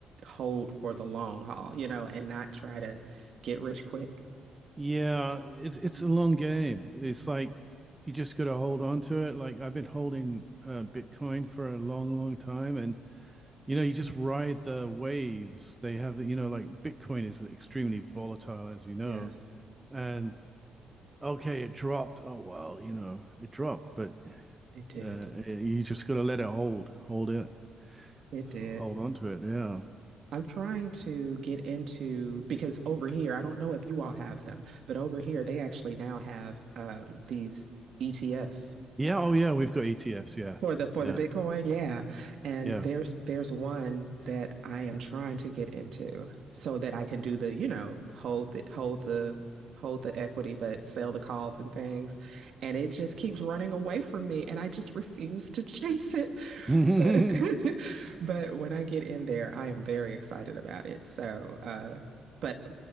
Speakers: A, on the right; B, on the right.
A: hold for the long haul, you know, and not try to get rich quick.
B: Yeah, it's
A: Mhm.
B: it's a long game. It's like you just got to hold on to it. Like I've been holding uh, Bitcoin for a long, long time, and you know, you just ride the waves. They have the, you know, like Bitcoin is extremely volatile, as you know.
A: Yes,
B: And okay, it dropped. Oh well, you know, it dropped, but
A: it did.
B: uh, eh, you just got to let it hold, hold it,
A: It
B: so
A: did.
B: hold on to it. Yeah.
A: I'm trying to get into because over here, I don't know if you all have them, but over here they actually now have um, these ETFs
B: Yeah. Oh yeah, we've got ETFs. Yeah.
A: For the for
B: Yeah.
A: the Bitcoin, yeah. And
B: Yeah.
A: there's there's one that I am trying to get into so that I can do the, you know, hold the hold the hold the equity but sell the calls and things. And it just keeps running away from me and I just refuse to <laughs> chase it.
B: <laughs>
A: But <laughs> but when I get in there, I am very excited about it. So, uh but